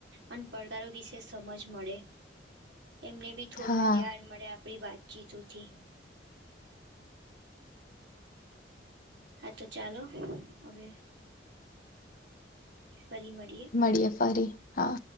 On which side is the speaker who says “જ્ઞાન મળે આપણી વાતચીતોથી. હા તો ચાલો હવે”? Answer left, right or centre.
Right